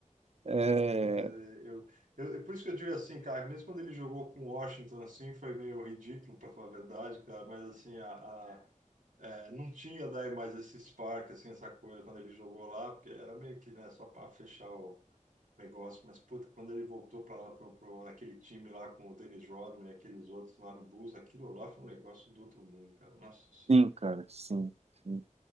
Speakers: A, on the right; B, on the right.
A: É,
B: Então, puta, é, eu, eu, é por isso que eu digo assim, cara, mesmo quando ele jogou com Washington, assim, foi meio ridículo, para falar a verdade, cara, mas assim, a, a- é, não tinha daí mais esse spark, assim, essa coisa quando ele jogou lá, porque era meio que, né, só para fechar o negócio, mas, puta, quando ele voltou para lá, pro, pro, aquele time lá com o Dennis Rodman e aqueles outros lá no Bulls, aquilo lá foi um negócio do outro mundo, cara, nossa senhora.
A: sim, cara, sim, sim.